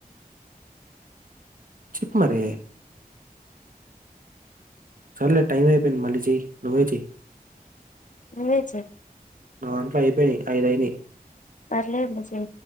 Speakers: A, on the right; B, on the left.
A: చెప్ మరీ సర్లే టైమ్ అయిపోయింది మళ్ళీ చేయ్ నువ్వేచేయ్
B: నువ్వే చెప్
A: దాంట్లో ఐదు అయినాయి
B: పర్లే